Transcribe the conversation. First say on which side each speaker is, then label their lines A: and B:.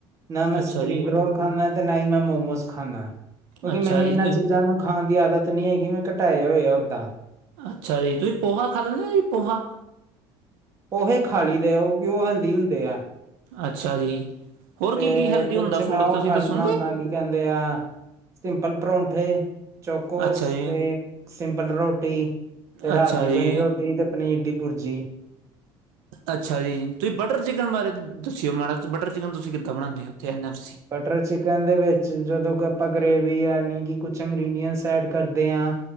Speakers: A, on the right; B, on the right.
A: ਨਾ ਮੈਂ,
B: ਅੱਛਾ
A: ਸਪ੍ਰੀੰਗ
B: ਜੀ।
A: ਰੋਲ ਖਾਂਨਾ, ਤੇ ਨਾ ਹੀ ਮੈਂ ਮੋਮੋਜ਼ ਖਾਂਨਾ। ਕਿਉਂਕਿ
B: ਅੱਛਾ
A: ਮੈਨੂੰ
B: ਜੀ
A: ਇਹਨਾਂ
B: ਤੇ
A: ਚੀਜ਼ਾਂ ਨੂੰ ਖਾਣ ਦੀ ਆਦਤ ਨੀ ਹੈਗੀ, ਮੈਂ ਘਟਾਏ ਹੋਏ ਆ ਓਦਾਂ।
B: ਅੱਛਾ-ਜੀ, ਤੁਸੀ ਪੋਹਾ ਖਾ ਲੈਂਨੇ ਜੀ, ਪੋਹਾ?
A: ਪੋਹੇ ਖਾਲੀਦੇ ਆ, ਉਹ ਕਿ ਉਹ ਹੈਲਦੀ ਹੁੰਦੇ ਆ।
B: ਅੱਛਾ-ਜੀ, ਹੋਰ
A: ਤੇ
B: ਕੀ-ਕੀ ਹੈਲਦੀ
A: ਕੁਛ
B: ਹੁੰਦਾ ਫੂਡ'ਚ
A: ਮੈਂ ਉਹ
B: ਤੁਸੀਂ
A: ਖਾ
B: ਦੱਸੋਗੇ?
A: ਲੈਂਦਾ ਹੁੰਦਾ ਕੀ ਕਹਿੰਦੇ ਆ, ਸਿੰਪਲ ਪਰੌਂਠੇ। ਚੋਕੋਸ
B: ਅੱਛਾ ਜੀ
A: ਤੇ ਸਿੰਪਲ ਰ੍ਹੋਟੀ, ਤੇ ਰਾਤ
B: ਅੱਛਾ
A: ਦੀ
B: ਜੀ
A: ਬਣੀ ਰੋਟੀ, ਤੇ ਪਨੀਰ ਦੀ ਭੁਰਜੀ।
B: ਅੱਛਾ ਜੀ, ਤੁਸੀਂ ਬਟਰ ਚਿਕਨ ਬਾਰੇ ਦੱਸਿਓ, ਮਾੜਾ ਬਟਰ ਚਿਕਨ ਤੁਸੀਂ ਕਿੱਦਾਂ ਬਣਾਉਂਦੇ, ਓਥੇ ਐਨਾ ਤੁਸੀ?
A: ਬਟਰ ਚਿਕਨ ਦੇ ਵਿੱਚ ਜਦੋਂ ਕੋ, ਆਪਾਂ ਗ੍ਰੇਵੀ ਯਾਨੀ, ਕਿ ਕੁਛ ਇੰਗ੍ਰਡੀਅਂਟਸ ਐਡ ਕਰਦੇ ਹਾਂ